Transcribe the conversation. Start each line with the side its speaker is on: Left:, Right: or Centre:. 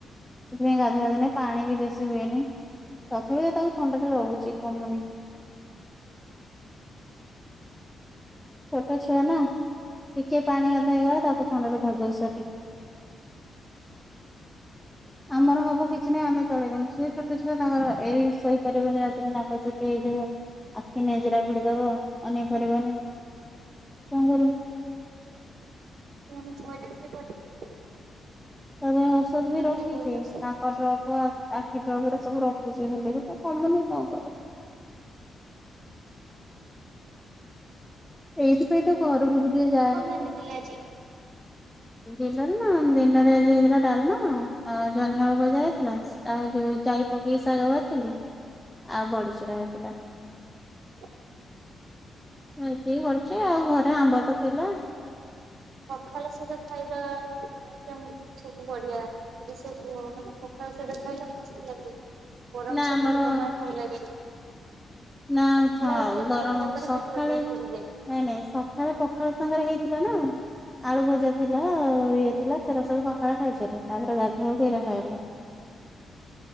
Centre: ସେଥିପାଇଁ ଗାଧୁଆ ଧୁଆ ନାହିଁ ପାଣି ବି ବେଶୀ ହୁଏନି ତଥାପି ତ ତାକୁ ଥଣ୍ଡାରେ ରହୁଛି କମୁନି ଛୋଟ ଛୁଆ ନା। ଟିକେ ପାଣି ହାତ ହେଇଗଲା ତାକୁ ଥଣ୍ଡା ଟା ଧରି ଦଉଛି <unintelligible> ଆମର ହବ କିଛି ନାହିଁ ଆମେ ଚଳେଇଦମୁ। ସିଏ ଛୋଟ ଛୁଆ ତାଙ୍କର ଏଇ ଶୋଇପାରିବେନି ରାତିରେ ନାକ ଚୁଟି ହେଇଯିବ। ଆଖି ନେଜେରା ଭିଡ଼ି ଦବ ଅନେଇ ପାରିବନି। କଣ କରିବୁ?
Right: <unintelligible>
Centre: ତା ପାଇଁ ଔଷଧ
Right: କରିବେ।
Centre: ବି ରଖିଛି। ନା କ ଡ୍ରପ ଆଖି ଡ୍ରପ ରା ସବୁ ରଖିଛି ହେଲେ ବି ତ କମୁନି କଣ କରିବା ଏଇଥିପାଇଁ ତ ଘରକୁ ବି ଟିକେ ଯାଏ
Right: କହିଥିଲି ଆଜି।
Centre: ଦିନରେ ନା ଦିନରେ ଆଜି ହେଇଥିଲା ଡାଲମା ଆଉ ଜହ୍ନିଆଳୁ ଭଜା ହେଇଥିଲା। ଆଉ ଯୋଉ ଯାଇ ପକେଇକି ଶାଗ ଭାଜିଥିଲି ଆଉ ବଡ଼ି ଚୁରା ହେଇଥିଲା।
Right: <inaudible>
Centre: ଏତିିକି କରୁଛି ଆଉ। ଘରେ ଆମ୍ବ ତ ଥିଲା
Right: ପଖାଲ ସୁଧା ଖାଇବା ଆଇଟମ୍ ସବୁ ବଢ଼ିଆ। ଏ ସବୁ ମାନେ ପାଖାଳ ସହିତ ଖାଇଲେ ମସ୍ତ ଲାଗେ। ଗରମ
Centre: ନା
Right: ସହିତ
Centre: ଆମର
Right: ବି ଜମାର ଭଲ ଲାଗେନି।
Centre: ନା
Right: ପଖାଳ
Centre: ଥାଉ
Right: ହେରିକା
Centre: ଗରମ
Right: ଖାଇଦେଲା ପରେ
Centre: ସକାଳେ
Right: ପେଟ ପୁରା
Centre: ନାଇଁ
Right: ପୁରିଯାଏ।
Centre: ନାଇଁ ସକାଳ ପଖାଳ ସାଙ୍ଗରେ ହେଇଥିଲା ନା। ଆଳୁ ଭଜା ଥିଲା ଇଏ ଥିଲା ସେଟା ସବୁ ସଖାଳେ ଖାଇଥିଲୁ। ତାପରେ ଗାଧୁଆ ପରେ ଏରା ଖାଇଥିଲେ